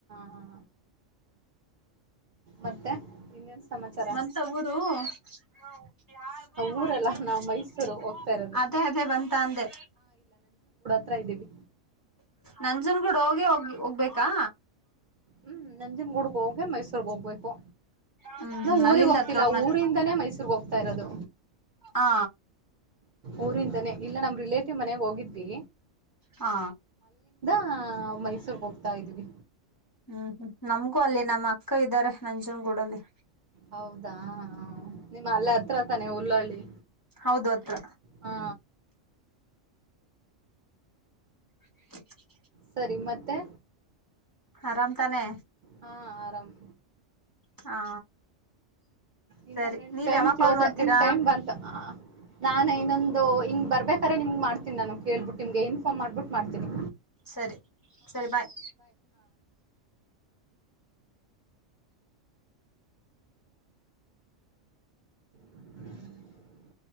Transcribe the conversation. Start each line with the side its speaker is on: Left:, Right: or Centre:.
Right: ಹಾ ಮತ್ತೆ ಇನ್ನೇನ್ ಸಮಾಚಾರ
Left: ಬಂತ ಊರು <unintelligible>
Right: ಊರಲ್ಲ ನಾವು ಮೈಸೂರು ಹೋಗ್ತಾ ಇರೋದು
Left: ಅದೇ ಅದೇ ಬಂತ ಅಂದೆ.
Right: ತ್ರ ಇದ್ದೀವಿ.
Left: ನಂಜನಗೂಡು ಹೋಗಿ ಹೋಗ್ ಹೋಗ್ಬೇಕಾ?
Right: ಹ್ಮ್ ನಂಜನ್ ಗೂಡ್ಗ್ ಹೋಗೆ ಮೈಸೂರಿಗೆ ಹೋಗ್ಬೇಕು
Left: ಹ್ಮ್
Right: ನ
Left: ಹ್ಮ್
Right: ಊರಿಗ್
Left: ಅಲ್ಲಿಂದ
Right: ಹೋಗ್ತಿಲ್ಲ
Left: ಹತ್ರ ಒಟ್ನಲ್ಲಿ.
Right: ಊರಿಂದಾನೇ ಮೈಸೂರರ್ಗ್ ರ್ಹೋಗ್ತಾ ಇರೋದು.
Left: ಹಾ
Right: ಊರಿಂದಾನೇ ಇಲ್ಲ ನಮ್ ರಿಲೇಟಿವ್ ಮನೆಗ್ ಹೋಗಿದ್ವಿ.
Left: ಹಾ
Right: ಹ ಮೈಸೂರ್ಗ್ ಹೋಗ್ತಾ ಇದೀವಿ.
Left: ಹ್ಮ್ ಹ್ಮ್ ನಮ್ಗೂ ಅಲ್ಲಿ ನಮ್ಮ್ ಅಕ್ಕ ಇದ್ದಾರೆ ನಂಜನ್ ಗೂಡಲ್ಲಿ.
Right: ಹೌದಾ ಹ್ಮ್ ನಿಮ್ ಅಲ್ಲೆ ಹತ್ರ ತಾನೆ ಹುಲ್ಲಾಳಿ
Left: ಹೌದು ಹತ್ರ
Right: ಹಾ.
Left: <inaudible>
Right: ಸರಿ ಮತ್ತೆ
Left: ಆರಾಮ್ ತಾನೆ
Right: ಹಾ ಆರಾಮ್
Left: ಹಾ
Right: ಇನ್ನೆನ್
Left: ಸರಿ
Right: ನಿಮ್
Left: ನೀವ್
Right: ಟೈಮ್
Left: ಯಾವಾಗ
Right: ಕ್ಲೋಸೆ
Left: ಕಾಲ್ ಮಾಡ್ತೀರಾ
Right: ನಿಮ್ ಟೈಮ್ ಬಂತು ಆ ಅ ನಾನೆ ಇನ್ನೊಂದು ಹಿಂಗ್ ಬರ್ಬೇಕಾದ್ರೆ ನಿಮ್ಗೆ ಮಾಡ್ತನಿ ನಾನು ಕೇಳ್ಬಿಟ್ಟು ನಿಮ್ಗೆ ಇನ್ಫಾರ್ಮ್ ಮಾಡ್ಬಿಟ್ಟು ಮಾಡ್ತೀನಿ.
Left: ಸರಿ ಸರಿ ಬಾಯ್.
Right: <inaudible>